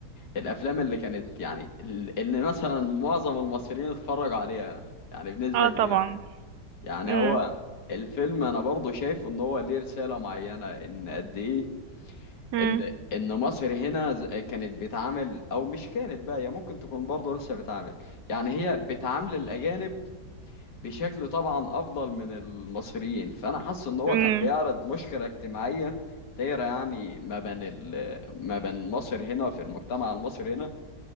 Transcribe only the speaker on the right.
اه
طبعا
امم
امم
امم